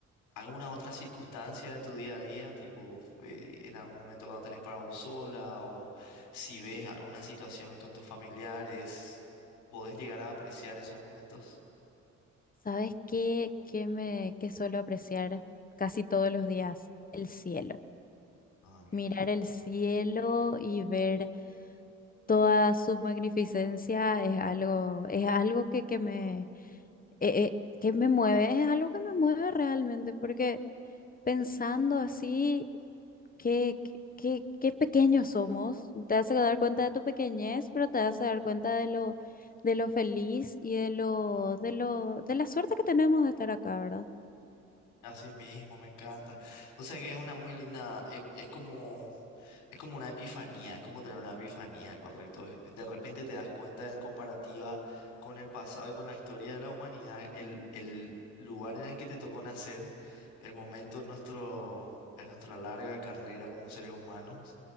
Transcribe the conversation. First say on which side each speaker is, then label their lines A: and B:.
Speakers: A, on the left; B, on the left.
A: alguna otra circunstancia de tu día a día, tipo eh, en algún momento cuando tenés para vos sola o si ves alguna situación con tus familiares, podés llegar a apreciar esos momentos.
B: ¿Sabes qué, qué me, qué suelo apreciar casi todos los días? El cielo.
A: Ah, qué
B: Mirar
A: lindo.
B: el cielo y ver toda su magnificencia es algo, es algo que, que me, eh, eh, que me mueve, es algo que me mueve realmente, porque pensando así. qué, qué, qué- qué pequeños somos. Te vas a dar cuenta de tu pequeñez, pero te vas a dar cuenta de lo, de lo feliz y de lo, de lo, de la suerte que tenemos de estar acá, ¿verdad?
A: Así mismo, me encanta. O sea que es una muy linda, e- es, como Es como una epifanía, es como tener una epifanía, correcto. De repente te das cuenta en comparativa con el pasado y con la historia de la humanidad, el, el lugar en el que te tocó nacer, el momento en nuestro, en nuestra larga carrera como seres humanos,